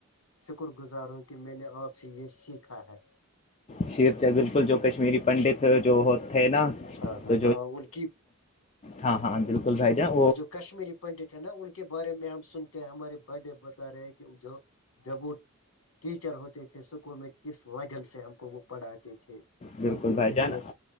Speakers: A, on the left; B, on the left.
A: شکر گزار ہوں کہ میں نے آپ سے یہ سیکھا ہے
B: شر بالکل جو کشمیری پنڈت جو تھے نا
A: ہاں ہاں
B: تو
A: ہاں ان کی
B: ہاں ہاں بالکل بھائی جان
A: وہ جو کشمیری پنڈت ہے نا ان کے بارے میں ہم سنتے ہیں ہمارے بڈے بتا رہے ہیں کہ جو جب وہ ٹیچر ہوتے تھے اسکول میں کس لگن سے ہم کو وہ پڑھاتے تھے
B: بالکل
A: ان کی
B: بھائی
A: ذہنیت
B: جان